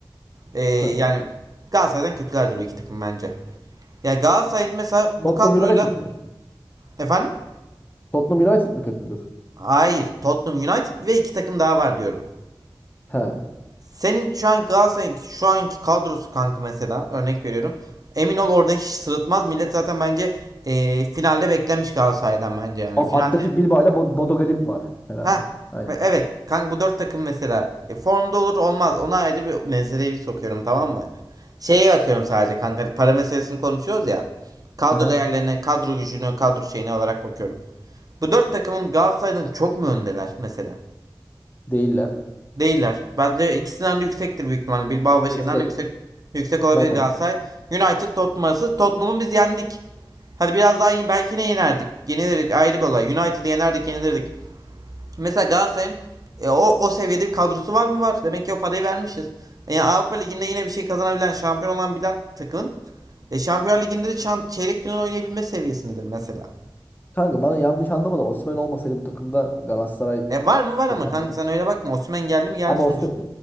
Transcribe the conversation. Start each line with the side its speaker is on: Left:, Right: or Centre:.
Right: E,
Left: Hı.
Right: yani Galatasaray'dan kötüler duruyor iki takım bence. Ya Galatasaray'ın mesela bu
Left: Tottenham
Right: kadroyla
Left: United mı?
Right: efendim?
Left: Tottenham United mı kötüdür?
Right: Hayır. Tottenham United ve iki takım daha var diyorum.
Left: He.
Right: Senin şu an Galatasaray'ın şu anki kadrosu kanka mesela örnek veriyorum. Emin ol oradaki hiç sırıtmaz. Millet zaten bence e, finalde beklenmiş Galatasaray'dan bence yani.
Left: A-
Right: Finalde
Left: Athletic Bilbao ile Bo- Bodo Glimt var herhalde.
Right: ha
Left: Aynen.
Right: ve evet kanka bu dört takım mesela E, formda olur olmaz. Ona ayrı bir meseleyi sokuyorum tamam mı? Şeye bakıyorum sadece kanka hani para meselesini konuşuyoruz ya. Kadro
Left: Hı hı.
Right: değerlerine, kadro gücünü, kadro şeyine olarak bakıyorum. Bu dört takımın Galatasaray'dan çok mu öndeler mesela?
Left: Değiller.
Right: Değiller. Bence ikisinden de yüksektir büyük ihtimalle. Bilbao ve şeyden
Left: Yüksek.
Right: yüksek yüksek olabilir
Left: Zaten
Right: Galatasaray.
Left: yüksek.
Right: United Tottenham arası. Tottenham'ı biz yendik. Hadi biraz daha iyi. Belki ne yenerdik. Yenilirdik ayrı bir olay. United'ı yenerdik yenilirdik. Mesela Galatasaray'ın e, o, o seviyede bir kadrosu var mı? Var. Demek ki o parayı vermişiz. E, Yani Avrupa Ligi'nde yine bir şey kazanabilen, şampiyon olan bilen takım. E, Şampiyonlar Ligi'nde de şan- çeyrek final oynayabilme seviyesindedir mesela.
Left: Kanka bana yanlış anlama da Osimhen olmasaydı bu takımda Galatasaray
Right: E, var mı? Var ama
Left: yani
Right: kanka sen öyle bakma. Osimhen geldi mi? Geldi
Left: ama
Right: sonuçta.
Left: Os